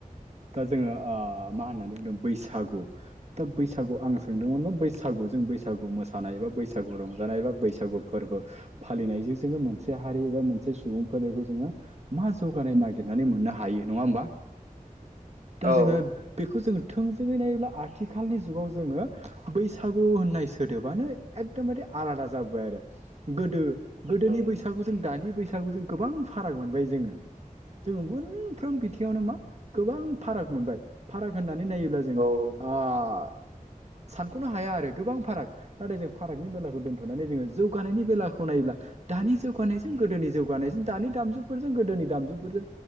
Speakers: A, on the right; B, on the right.
A: दा जोङो ओ मा होननानै बैसागु दा बैसागु आं सोंदोंमोना बैसागु जों बैसागु मोसानाय एबा बैसागु रंजानाय एबा बैसागु फोरबो फालिनायजों जोङो मोनसे हारि एबा मोनसे सुबुं फोलेरखौ जोङो मा जौगानाय नागिरनानै मोननो हायो नङा होमबा
B: औ
A: दा जोङो बेखौ जोङो थोंजोङै नायोब्ला आथिखालनि जुगाव जोङो बैसागु होननाय सोदोबानो एकदमबारे आलादा जाबोबाय आरो गोदो गोदोनि
B: औ
A: बैसागु जों दानि बैसागु जों गोबां फाराग मोनबाय जोङो जोङो मोनफ्रोम बिथिङावनो मा गोबां फाराग मोनबाय फाराग होन नानै नायोब्ला जों
B: औ
A: ओ सानख'नो हाया आरो गोबां फाराग नाथाय जों फारागनि बेलाखौ दोन्थ'नानै जोङो जौगानायनि बेलाखौ नायोब्ला दानि जौगानायजों गोदोनि जौगानायजों दानि दामजुफोरजों गोदोनि दामजुफोरजों